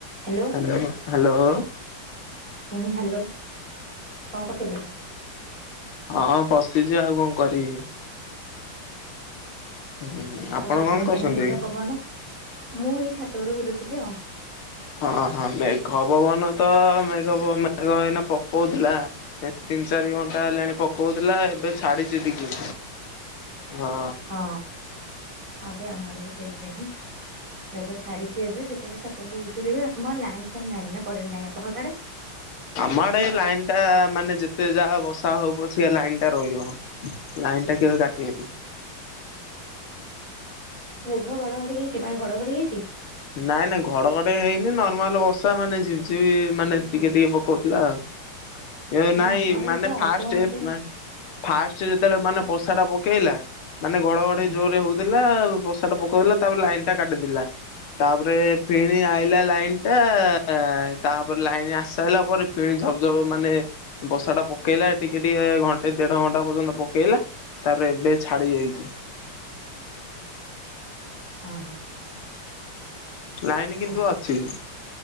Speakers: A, on the right; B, on the left.
A: Hello.
B: Hello hello.
A: ହୁଁ hello.
B: <inaudible> ହଁ
A: କଣ କଁ ଥିଲେ
B: ହଁ ବସିଚି ଆଉ କଣ କରିବି। ହୁଁ ଆପଣ
A: ଆଉ ଆପଣଙ୍କ
B: କଣ କରୁଛନ୍ତି?
A: ଆଡେ ମେଘ ପବନ? ମୁଁ ଏଇ ଛାତ ଉପରୁ ବୁଲୁଥିଲି ଆଉ।
B: ହଁ ହଁ ମେଘ ପବନ ତ ମେଘ ପବନ ମେଘ ଏଇନା ପକଉଥିଲା। ଏ ତିନି ଚାରି ଘଣ୍ଟା ହେଲାଣି ପକଉଥିଲା ଏବେ ଛାଡିଚି ଟିକେ ହଁ।
A: ହଁ ହଁ ସେ ଆମ ଆଡେ ବି ସେଇ ସେମ୍। ମେଘ ଛାଡ଼ିଚି ଏବେ ସେଥିପାଇଁ ଛାତ ଉପରେ ବୁଲୁଚୁ ଟିକେ ଆମର ଲାଇନ୍ ଫାଇନ୍ ନାହିଁ ନା କରେଣ୍ଟ ନାହିଁ ଆପଣଙ୍କ କାଡ଼େ?
B: ଆମ ଆଡେ ଏ ଲାଇନ୍ ଟା ମାନେ ଯେତେ ଯାହା ବର୍ଷା ହୋଉ ପଛିକା ଲାଇନ୍ ଟା ରହିବ। ଲାଇନ୍ ଟା କେବେ କାଟିିବେନି।
A: ମେଘ ଘଡଘଡି ହେଇଚି ପା ଘଡଘଡି ହେଇଚି?
B: ନାଇଁ ନାଇଁ ଘଡଘଡି ହେଇନି ନର୍ମାଲ ବର୍ଷା ମାନେ ଝିବିଝିପି ମାନେ ଟିକେ
A: ଓହୋ
B: ଟିକେ ପକଉଥିଲା ଆଉ ଏ ନାଇଁ
A: ଆମ ଆଡେ
B: ମାନେ
A: ପୁରା
B: ଫାଷ୍ଟ
A: ଅଧଘଣ୍ଟେ
B: ଏ ଫାଷ୍ଟ ଯେତେବେଳେ ମାନେ ବର୍ଷା ଟା ପକେଇଲା ମାନେ ଘଡଘଡି
A: ହୁଁ
B: ଜୋରରେ ହଉଥିଲା ବସ ଟା ପକୋଉଥିଲା ତାପରେ ଲାଇନ୍ ଟା କାଟିଥିଲା ତାପରେ ଫେଣି ଆଇଲା ଲାଇନ୍ ଟା ତାପରେ ଲାଇନ୍ ଆସି ସାରିଲା ପରେ ଫେଣି ଧପ ଧପ ମାନେ ବର୍ଷା ଟା ପକେଇଲା ଟିକେ ଟିକେ ଘଣ୍ଟେ ଦେଢ ଘଣ୍ଟା ପର୍ଯ୍ୟନ୍ତ ପକେଇଲା। ତାପରେ ଏବେ ଛାଡି ଯାଇଚି।
A: ହଁ।
B: ଲାଇନ୍ କିନ୍ତୁ
A: ଆଉ
B: ଅଛି।